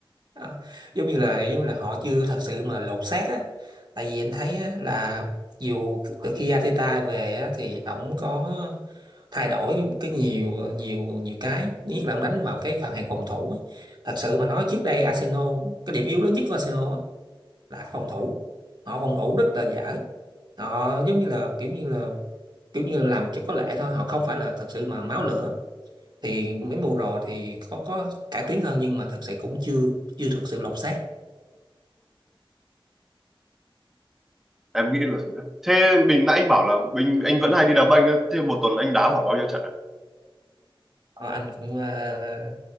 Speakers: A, on the right; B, in the centre.
A: à, giống như là giống như là họ chưa thật sự mà lột xác á tại vì anh thấy á, là dù từ khi Arteta về á, thì ổng có thay đổi cái nhiều nhiều nhiều cái nhất là ông đánh vào cái phần hàng phòng thủ á. thật sự mà nói trước đây Arsenal cái điểm yếu lớn nhất của Arsenal á, là phòng thủ họ phòng thủ rất là dở họ giống như là kiểu như là kiểu như làm cho có lệ thôi họ không phải là thật sự mà máu lửa thì mấy mùa rồi thì có có cải tiến hơn nhưng mà thật sự cũng chưa chưa thật sự lột xác
B: em nghĩ là thế đó thế mình nãy anh bảo là mình anh vẫn hay đi đá banh á, thế một tuần anh đá khoảng bao nhiêu trận ạ?
A: Ờ, anh cũng ờ,